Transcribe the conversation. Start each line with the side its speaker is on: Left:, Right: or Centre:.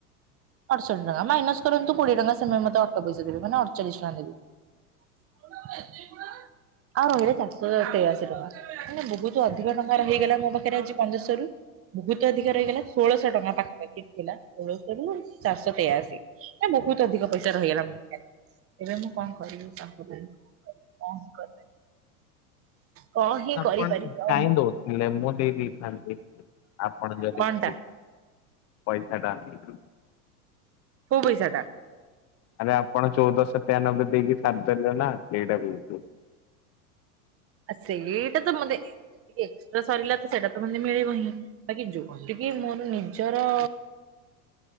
Right: ଅଠଷଠି ଟଙ୍କା ମାଇନସ୍ କରନ୍ତୁ କୋଡ଼ିଏ ଟଙ୍କା ସେମା ମତେ ଅଟ ପଇସା ଦେବେ ମାନେ ଅଠଚାଳିଶ୍ ଟଙ୍କା ନେବେ। <inaudible> ଆଉ ରହିଲେ ଚାରିଶହ ତେୟାଅଶୀ ଟଙ୍କା ମାନେ ବୋହୁତୁ ଅଧିକ ଟଙ୍କା ରହିଗଲା ମୋ ପାଖରେ ଆଜି ପନ୍ଦରଶ ରୁ। ବହୁତ ଅଧିକା ରହିଗଲା ଷୋଳଶହ ଟଙ୍କା ପାଖାପାଖି ଥିଲା ଷୋଳଶହ ରୁ ଚାରିଶହ ତେୟଅଶି ମ ବୋହୁତୁ ଅଧିକ ପଇସା ରହିଗଲା। ଏବେ ମୁଁ କଣ କରିବି <unintelligible> କଣ ହିଁ କରିପାରିବି କଣ ହିଁ
Left: ଆପଣ
Right: କରିପାରିବି ଆଉ
Left: କାଇଁ ଦଉଥିଲେ ମୁଁ ଦେଇଦେଥାନ୍ତି ଆପଣ ଯଦି
Right: କଣ
Left: କହି
Right: ଟା
Left: ପଇସାଟା <unintelligible>
Right: କୋଉ ପଇସାଟା?
Left: ଆରେ ଆପଣ ଚଉଦଶ ତେୟାନବେ ଦେଇକି ସାରଦେଲେ ନା ସେଇଟା କହୁଚି।
Right: ଆ ସେଇଟା ତ ମତେ ଏ ଏତିକି ଏକ୍ସଟ୍ରା ସରିିଲା ତ ସେଇଟାତ ମତେ ମିଲିବହିଁ। ବାକି ଯୋଉଠିକି ମୋର ନିଜର